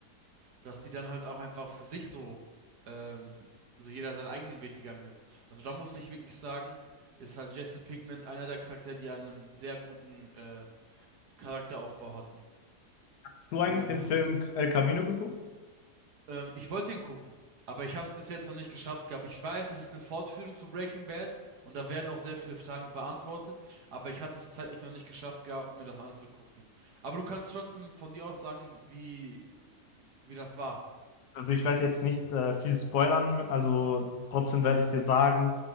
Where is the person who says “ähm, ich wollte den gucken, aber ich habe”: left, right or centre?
Right